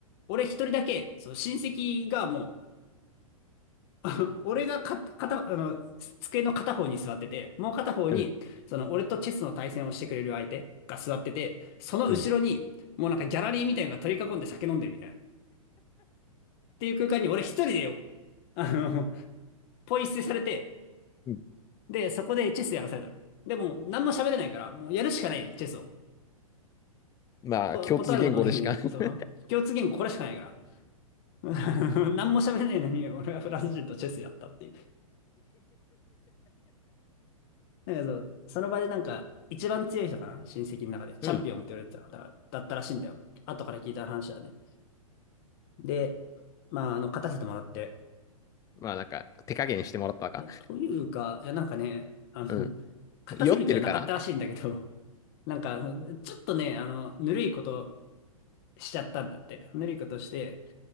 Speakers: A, on the left (about 45°); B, on the left (about 20°).
A: 俺一人だけ、その親戚がもう、<laughs> 俺がか、片、あの、机の片方に座ってて、もう片方に、
B: うん。
A: その、俺とチェスの対戦をしてくれる相手が座ってて、その後ろに、
B: うん。
A: もうなんかギャラリーみたいなのが取り囲んで酒飲んでるみたいな。っていう空間に俺一人でよ、あの、ポイ捨てされて、
B: うん
A: で、そこでチェスやらされたの。でも、何も喋れないから、もうやるしかないで、チェスを。
B: まあ、
A: こ、
B: 共通言語でしか
A: 断ることもできないで、
B: <laughs>
A: そう。共通言語これしかないから。<laughs> 何も喋れないのに、俺はフランス人とチェスやったっていう。なんそその場でなんか、一番強い人かな親戚の中で。チャンピオンって言われてた方だったらしいんだよ。
B: うん。
A: 後から聞いた話だね。で、まあ、あの、勝たせてもらって。
B: まあ、なんか、手加減してもらったのか。
A: というか、いや、なんかね、あの、
B: うん。
A: 勝たせる気はなかったらしいんだけど、
B: 酔ってるから
A: なんか、ちょっとね、あの、ぬるいことしちゃったんだって。ぬるいことして、